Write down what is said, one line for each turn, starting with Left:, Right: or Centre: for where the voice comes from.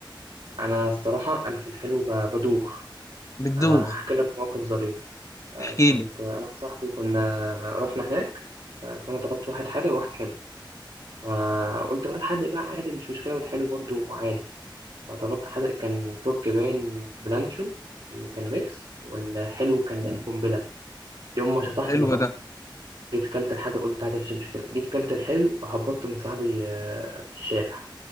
Right: انا الصراحه انا في الحلو ب- بدوخ
Left: بتدوخ
Right: آه، هحكي لك موقف ظريف آه،
Left: احكي
Right: كنت
Left: لي
Right: انا وصاحبي كنا رحنا هناك ف- فانا طلبت واحد حادق وواحد حلو فقلت بقى الحادق بقى عادي مش مشكلة والحلو برضو عادي فطلبت حادق كان تركي باين بلانشون كان ميكس والحلو كان القنبلة يوم ما شطحت
Left: طب حلو
Right: نطحت
Left: ده
Right: جيت كلت الحادق قلت عادي مفيش مشكلة جيت كلت الحلو هبطت من صاحبي آه، في الشارع